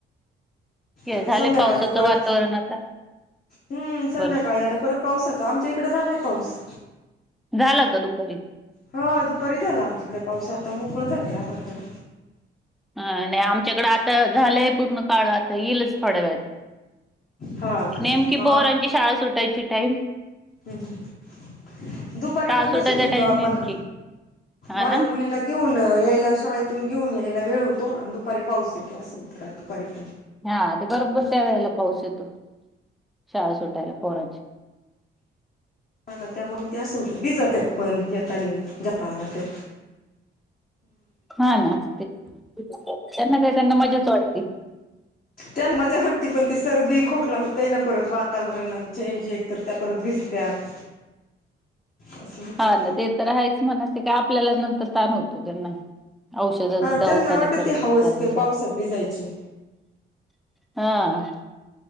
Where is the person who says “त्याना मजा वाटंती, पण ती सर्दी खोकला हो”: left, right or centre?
Left